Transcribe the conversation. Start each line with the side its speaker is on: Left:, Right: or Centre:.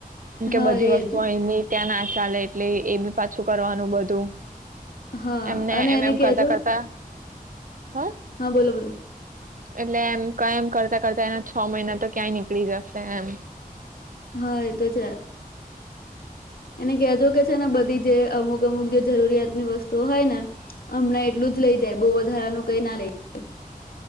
Right: મ
Left: હા
Right: કે બધી
Left: એજ
Right: વસ્તુ આની ત્યાં ના ચાલે એટલે એ બી પાછું કરવાનું બધું.
Left: હા
Right: એમને
Left: અને
Right: એમ
Left: એને
Right: એમ કરતા
Left: કેજો.
Right: કરતા હ
Left: હા બોલો બોલો.
Right: એટલે એમ ક એમ કરતા કરતા એના છ મહિના તો ક્યાંય નીકળી જશે એમ.
Left: હા એ તો છે. એને કહેજો કે છે ને બધી જે અમુક અમુક જે જરૂરિયાતની વસ્તુઓ હોય ને, હમણાં એટલું જ લઇ જાય બહ વધારાનું કઈ ના લઈ જાય.